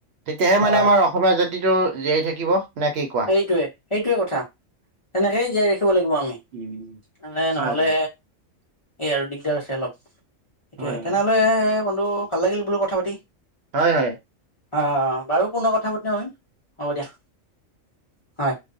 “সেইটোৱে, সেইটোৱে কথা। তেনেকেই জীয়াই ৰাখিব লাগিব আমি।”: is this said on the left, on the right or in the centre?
Left